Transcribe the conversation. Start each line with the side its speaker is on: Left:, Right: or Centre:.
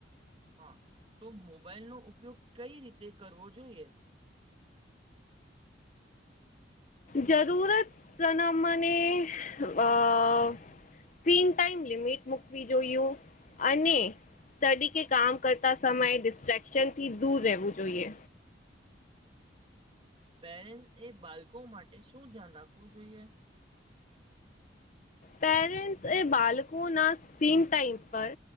Right: હા તો મોબાઈલનોો ઉપયોગ કઈ રીતે કરવો જોઈએ
Left: જરૂરત પ્રણમને આહ સ્ક્રીન ટાઈમ લિમિટ મૂકવી જોઈું અને સ્ટડી કે કામ કરતા સમયે ડિસ્ટ્રેક્શન થી દૂર રહેવું જોઈએ
Right: <inaudible> પેરેન્ટ્સ એ બાળકો માટે શું ધ્યાન રાખવું જોઈએ
Left: પેરેન્ટસ એ બાળકો ના સ્ક્રીન ટાઈમ પર